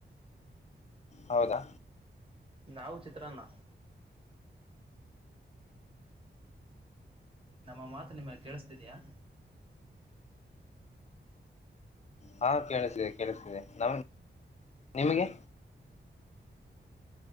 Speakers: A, on the left (about 35°); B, on the right (about 30°).
A: ಹೌದಾ
B: ನಾವು ಚಿತ್ರಾನ್ನ ನಮ್ಮ ಮಾತು ನಿಮಗೆ ಕೇಳಿಸ್ತಿದಿಯಾ
A: ಹಾ ಕೇಳ್ಸ್ತೀದೆ ಕೇಳ್ಸ್ತೀದೆ ನಮ್ ನಿಮಿಗೆ